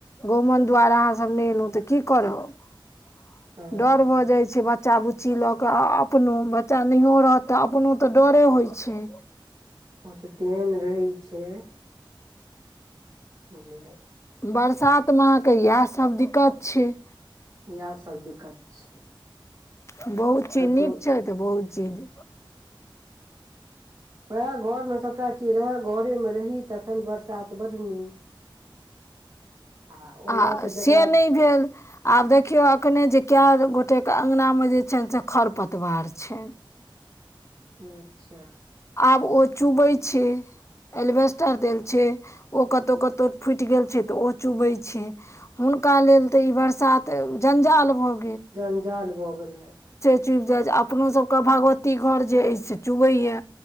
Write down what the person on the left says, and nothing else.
गहुमन द्वार अहाँ सब नहि एलहु तऽ की करब
डर भऽ जाइ छैय ब बच्चा बुच्ची लऽ कऽ अपनो बच्चा नहियो रहत तऽ अपनो तऽ डरे होइ छैय।
बरसात में अहाँके इएह सब दिक्कत छैय।
बहुत चि
नीक छैय तऽ बहुत चीज
आ
से
नहि भेल आब देखियौ एखने जे कए गोट ओते के अंगना मे जे छनि से खर पतवार छनि।
आब ओ चूबै छैय। एलवेस्टर देल छैय ओ कतौ कतौ फुटि गेल छैय तऽ ओ चुबै छैय। नका लेल ते ई बरसात जंजाल भ
चुबि जाइत अपनोसभके भगवती घर जे अछि से चुबैय।